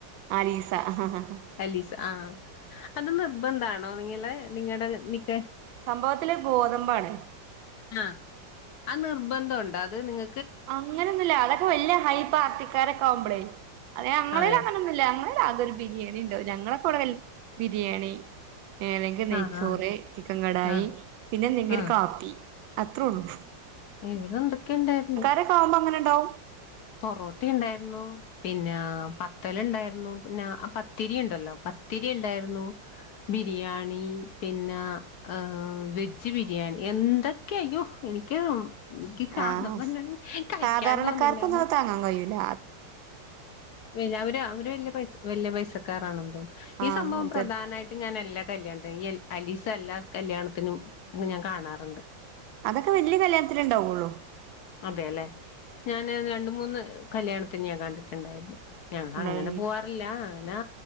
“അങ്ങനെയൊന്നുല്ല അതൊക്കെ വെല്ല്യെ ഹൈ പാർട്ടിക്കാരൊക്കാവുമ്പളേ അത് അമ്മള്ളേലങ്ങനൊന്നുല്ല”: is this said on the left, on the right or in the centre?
Right